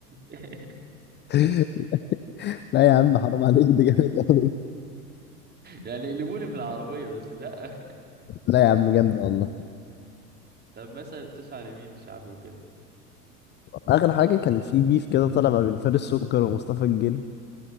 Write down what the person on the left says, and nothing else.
<laughs> لا يا عم حرام عليك ده جامد قوي
لا يا عم جامد والله
اخر حاجه كان في بيف كده طالع ما بين فارس سكر ومصطفى الجن